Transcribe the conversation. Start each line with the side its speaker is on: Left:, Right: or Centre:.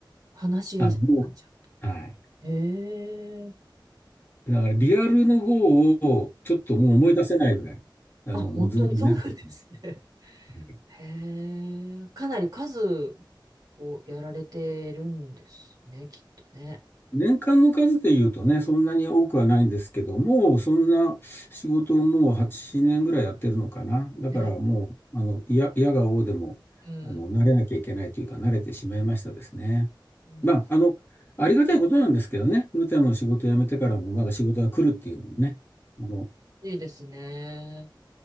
Right: 話しやすくなっちゃう。
Left: あの、もう、はい。
Right: ええ。
Left: だからリアルの方をちょっともう思い出せないぐらい、あの、
Right: あ、本当にそうなんですね。
Left: もうズームに慣れてる。はい。
Right: へえ、かなり数をやられてるんですね、きっとね。
Left: 年間の数で言うとね、そんなに多くはないんですけど、もうそんな仕事をもう8年ぐらいやってるのかな。だからもう、
Right: え、
Left: あの、いや、いやが応でも、
Right: うん、
Left: あの、慣れなきゃいけないというか、慣れてしまいましたですね。
Right: うん、
Left: まあ、
Right: い
Left: あの、ありがたいことなんですけどね、フルタイムの仕事を辞めてからもまだ仕事が来るっていうのもね、あの、
Right: やいいですね。